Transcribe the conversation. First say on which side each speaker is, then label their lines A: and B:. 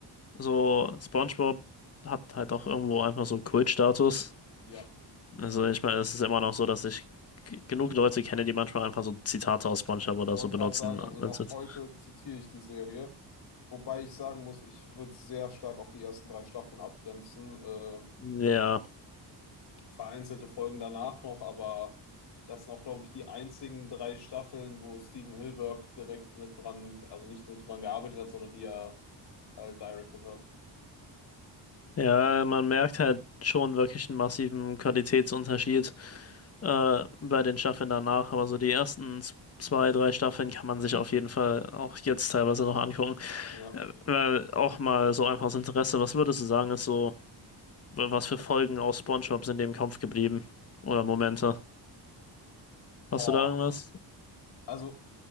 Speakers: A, on the left; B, on the left.
A: so SpongeBob hat halt auch irgendwo einfach so Kultstatus.
B: Ja,
A: Also ich meine, es ist immer noch so, dass ich g- genug Leute kenne, die manchmal einfach so Zitate aus SpongeBob
B: ich
A: oder
B: wollte
A: so benutzen.
B: gerade sagen,
A: Und
B: also noch
A: das- ist-
B: heute zitiere ich die Serie, wobei ich sagen muss, ich würde es sehr stark auf die ersten drei Staffeln abgrenzen. Äh,
A: Ja.
B: vereinzelte Folgen danach noch, aber das sind auch, glaube ich, die einzigen drei Staffeln, wo Steven Hilberg direkt mit dran, also nicht nur dran gearbeitet hat, sondern die er halt directed hat.
A: Ja, man merkt halt schon wirklich einen massiven Qualitätsunterschied. äh, bei den Staffeln danach, aber so die ersten z- zwei, drei Staffeln kann man sich auf jeden Fall auch jetzt teilweise noch angucken.
B: Ja.
A: Äh, weil auch mal so einfaches Interesse, was würdest du sagen, ist so, wa- was für Folgen aus SpongeBob sind dir im Kopf geblieben? Oder Momente? Hast
B: Boah.
A: du da irgendwas?
B: Also